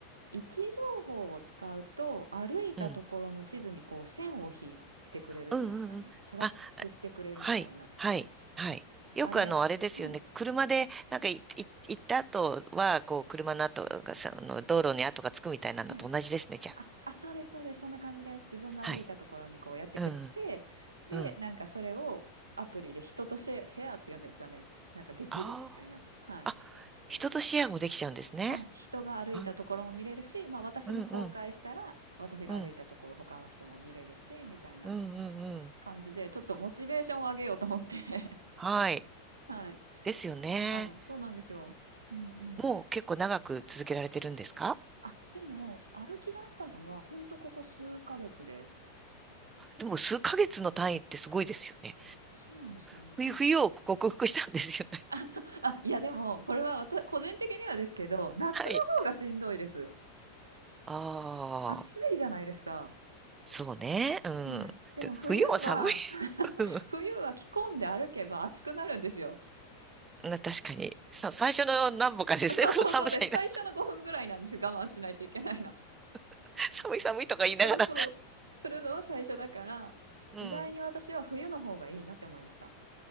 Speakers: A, on the right; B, on the right.
A: 位置情報を使うと、歩いたところの地図にこう線を引いてくれるっていうんですかね、
B: うん。うんうんうん。
A: トラックしてくれるみたいな。
B: あ、はい、はい、はい。よくあの、
A: あれはい、
B: あれですよね。車で、なんかい、い、行った後は、こう、車の跡がさ、あの、道路に跡がつくみたいなのと同じですね、
A: はい。
B: じゃあ。
A: あ、あ、そうですそうです。そんな感じです。自分が歩いたところにこうやってくれて、
B: はい。うん、
A: で、
B: うん。
A: なんかそれをアプリで人とシェア、シェアっていうんですかね。なんかできるみたいな。
B: あ
A: はい。
B: あ。あ、人とシェアもできちゃうんですね。
A: はい。人が歩いたところも見れるし、
B: はい。
A: まあ私も公開したら、
B: うん、うん、
A: 私が歩いたところ他の人も見れるし、
B: うん、
A: みたいな
B: うん、うん、うん。
A: 感じで、ちょっとモチベーションを上げようと思って。<laughs>
B: はい。
A: はい。
B: ですよね。
A: はい。そうなんですよ。うんうん。
B: もう結構長く続けられてるんですか
A: あ、でも歩き出したのはほんとここ数ヶ月です。
B: でも数ヶ月の単位ってすごいですよね。
A: そうなんですかね。
B: 冬、冬を克服したんですよね。
A: あ、
B: <laughs>
A: そう、あ、いやでも、これはわた、個人的にはですけど、夏の方がしんどいです。
B: はい。ああ、
A: 暑いじゃないですか。
B: そうね。うん。
A: はい。でも冬は、
B: で冬は寒い。うん
A: 冬は着込んで歩けば暑くなるんですよ。
B: な確かに。さ、最初の何歩かですね。
A: そうそうそうです。
B: この寒さにな、
A: 最初の5分ぐらいなんです。我慢しないといけないの。
B: <laughs> 寒い寒いとか言いながら。
A: そうそう。するのは最初だから、
B: うん。
A: 意外に私は冬の方がいいなって思いました。